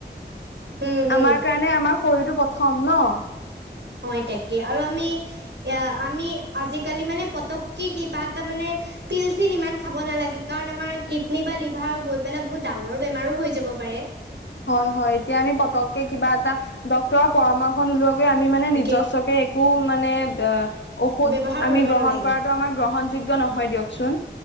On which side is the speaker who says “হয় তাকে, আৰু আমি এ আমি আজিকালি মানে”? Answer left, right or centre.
Right